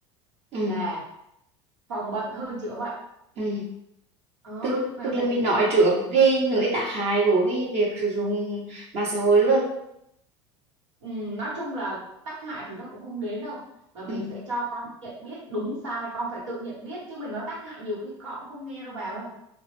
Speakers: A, on the right; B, on the right.
A: ừ
B: là phòng bệnh hơn chữa bệnh.
A: ừ
B: Đó,
A: tức
B: lúc nào
A: tức là
B: tôi
A: mình
B: cũng nghĩ
A: nói
B: vậy.
A: trước
B: Ừ.
A: cái nỗi tác hại của cái việc sử dụng mạng xã hội luôn
B: Ừ, nói chung là tác hại thì nó cũng không đến đâu mà mình
A: ừ
B: sẽ cho con nhận biết đúng sai con phải tự nhận biết chứ mình nói tác hại nhiều khi con cũng không nghe đâu bà ơi